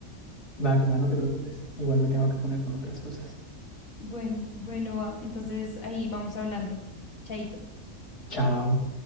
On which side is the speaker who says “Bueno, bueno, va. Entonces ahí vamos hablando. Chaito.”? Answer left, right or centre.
Left